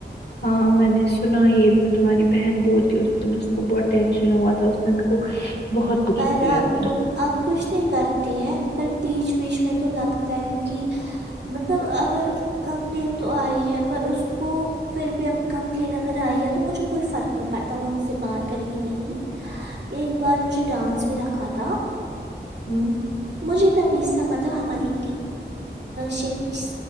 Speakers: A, on the left (about 65°); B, on the right (about 65°).
A: ہاں میں نے سنا یہ تمہاری بہن بول تی اس دن اس کو بہت ٹینشن ہوا تھا اس دین کو بہت کچھ
B: پر
A: کیا
B: آپ
A: تھا
B: تو آپ کچھ نہیں کرتی ہے پر بیچ بیچ میں تو لگتا ہے کیوںکہ مطلب اگر کمپلین تو آئی ہے پر اس کو پھر بھی اب کمپلین اگر آئی ہے تو مجھے کوئی فرق نہیں پڑتا وہ مجھ سے بات کرے گی نہیں ایک بار مجھے ڈانس بھی رکھا تھا
A: ہوں
B: مجھے تبھی سا مطلب ہماری شکس